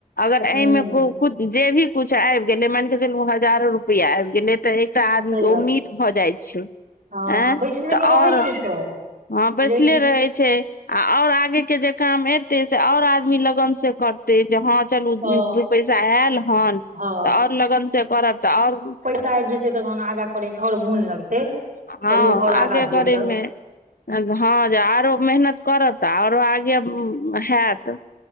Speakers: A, on the left; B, on the right.
A: अगर
B: हूँ
A: एयमे कुछ जे भी कुछ आबि गेलै माइन केे चलू हजारो रुपया आबि गेलै त त आदमीके
B: सही बात
A: उम्मीद भ जाइ छैय
B: हँ
A: एँ
B: बैसले
A: त
B: तऽ रहै
A: और
B: छै सब
A: हँ बैसले
B: लेडीज
A: रहै छैय। आ और आगे के जे काम एतेय से और आदमी लगन से करतय जे हँ चलू
B: हँ
A: दू-दू पैसा आयल हन
B: हँ
A: त और लगन से करब त और
B: आइब जेतै तहन आगाँ करैमे और मोन लगतै।
A: हँ
B: चलू आओर
A: आगे
B: आगाँ भेटत
A: करमे हँ जे आरो मेहनत करत आरो आगे हैत